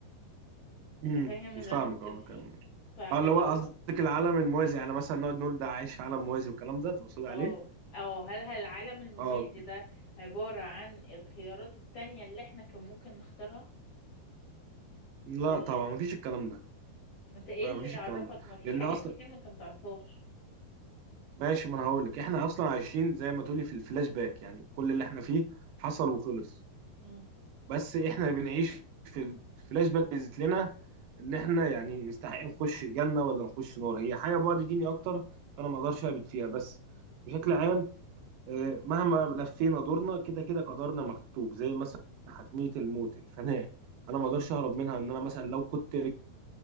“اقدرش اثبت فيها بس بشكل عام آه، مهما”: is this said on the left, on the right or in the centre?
Right